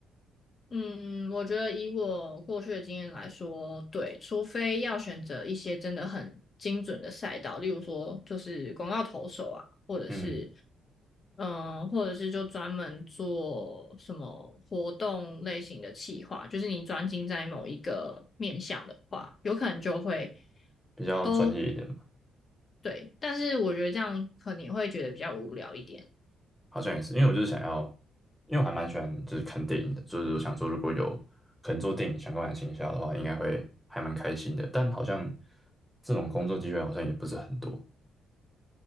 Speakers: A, on the left; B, in the centre.
A: 嗯，我觉得以我过去的经验来说，对，除非要选择一些真的很精准的赛道，例如说就是广告投手啊，或者是
B: 嗯，
A: 嗯、呃或者是就专门做什么活动类型的企划，就是你专精在某一个面向的话，有可能就会
B: 比较专业一点，
A: 都对，但是我觉得这样可能会觉得比较无聊一点。
B: 好像也是，因为我就是想要，因为我还蛮喜欢就是看电影的，就是我想说如果有可能做电影相关的行销的话，应该会还蛮开心的。但好像这种工作机会好像也不是很多，